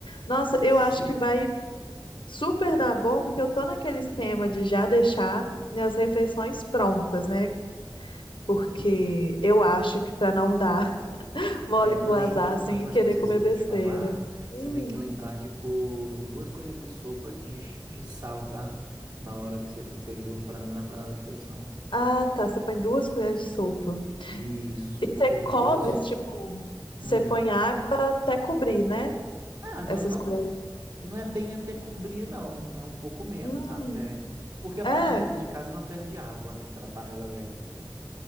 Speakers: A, on the left; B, on the right.
A: Nossa,
B: Se
A: eu acho que vai Super dá bom, porque eu tô naquele esquema de já deixar minhas refeições prontas, né? Porque eu acho que pra não dar <laughs> mole
B: é,
A: pro
B: lembra
A: azar, assim,
B: uma
A: e
B: coisa
A: querer
B: que eu esqueci
A: comer besteira.
B: de te falar,
A: Hum.
B: você tem que lembrar de pôr duas colheres de sopa de, ch- de sal, tá? Na hora que você for ferver o frango na panela de pressão.
A: Ah, tá. Você põe duas colheres de sopa.
B: Isso,
A: E
B: porque
A: você
B: depois
A: cobre,
B: eu. s-
A: tipo, você
B: Hum.
A: põe água até cobrir, né?
B: Ah, agora
A: Essas
B: não,
A: colheres.
B: não é bem até cobrir, não. É um pouco menos
A: Hum,
B: até. Porque a
A: é.
B: panela aqui de casa não perde água, né? Aquela panela elétrica.